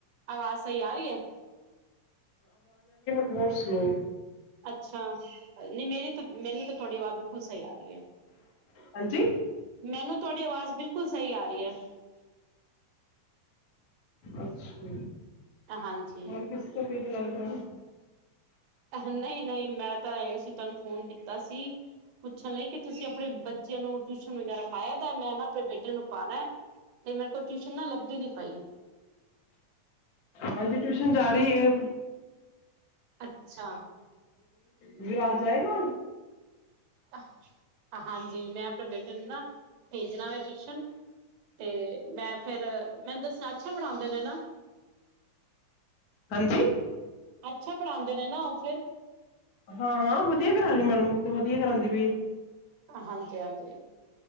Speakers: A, on the right; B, on the left.
A: ਅਵਾਜ਼ ਸਹੀ ਆ ਰਹੀ ਹੈ।
B: ਸਪੋਰਟਸ ਨੂੰ
A: ਅੱਛਾ, ਨਹੀਂ ਮੇਰੀ ਤਾਂ ਮੈਨੂੰ ਤਾਂ ਤੁਹਾਡੀ ਆਵਾਜ ਬਿਲਕੁਲ ਸਹੀ ਆ ਰਹੀ ਹੈ, ਨਹੀਂ
B: ਹਾਂਜੀ
A: ਮੈਨੂੰ ਤੁਹਾਡੀ ਆਵਾਜ਼ ਬਿਲਕੁਲ ਸਹੀ ਆ ਹੈ। <unintelligible>
B: ਅੱਛਾ,
A: ਹਾਂਜੀ
B: ਹੋਰ ਕਿਸ <unintelligible> ਗੱਲ ਕਰਾਂ,
A: ਨਹੀਂ-ਨਹੀਂ ਮੈਂ ਤਾਂ ਸੀ ਤੁਹਾਨੂੰ ਫੋਨ ਕੀਤਾ ਸੀ। ਲਈ ਕਿ ਤੁਸੀਂ ਆਪਣੇ ਬੱਚਿਆਂ ਨੂੰ ਟਿਊਸ਼ਨ ਵਗੈਰਾ ਪਾਇਆ ਦਾ ਮੈਂ ਨਾ, ਆਪਣੇ ਬੇਟੇ ਨੂੰ ਪਾਣਾ ਤੇ ਮੇਰੇ ਕੋਲ ਟਿਊਸਸ਼ਨ ਲੱਭਦੀ ਨੀ ਪਾਈ।
B: ਹਾਂਜੀ ਟਿਊਸ਼ਨ ਜਾ ਰਹੀ ਹੈ।
A: ਅੱਛਾ,
B: ਵੀਰ ਆ ਜਾਏਗਾ।
A: ਆ, ਹਾਂਜੀ ਮੈਂ ਆਪਣੇ ਬੇਟੇ ਨੂੰ ਨਾ ਭੇਜਣਾ ਵ ਟਿਊਸ਼ਨ ਤੇ ਮੈਂ ਫਿਰ ਮੈਨੂੰ ਦੱਸਣਾ ਅੱਛਾ ਪੜ੍ਹਾਉਂਦੇ ਨੇ ਨਾ
B: ਹਾਂਜੀ
A: ਅੱਛਾ ਪੜ੍ਹਾਉਂਦੇ ਨੇ ਨਾ ਉਹ ਫਿਰ
B: ਹਾਂ ਹਾਂ ਵਧੀਆ ਕਰਾਦੀ ਮੈਡਮ ਵਧੀਆ ਕਰਾਉਂਦੀ ਵੀ
A: ਹਾਂਜੀ ਹਾਂਜੀ